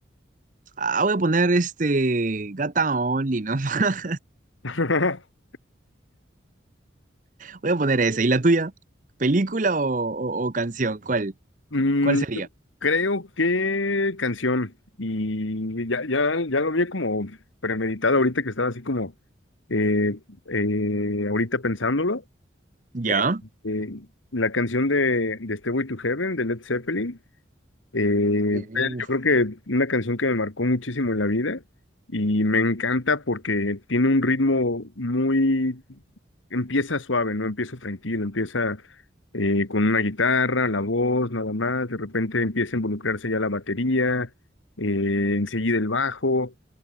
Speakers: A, on the right; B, on the left.
A: Ah, voy a poner este. Gata Only, ¿no? <laughs>
B: <laughs>
A: Voy a poner esa. ¿Y la tuya? ¿Película o, o- o canción? ¿Cuál?
B: Mm,
A: ¿Cuál sería?
B: creo que canción. Y ya, ya, ya lo vi como premeditado ahorita que estaba así como eh, eh, ahorita pensándolo.
A: ¿Ya?
B: Eh, eh, la canción de, de Stairway to Heaven de Led Zeppelin. Eh,
A: Uf,
B: yo creo que una canción que me marcó muchísimo en la vida y me encanta porque tiene un ritmo muy, empieza suave, ¿no? Empieza tranquilo, empieza eh, con una guitarra, la voz, nada más, de repente empieza a involucrarse ya la batería, eh, enseguida el bajo,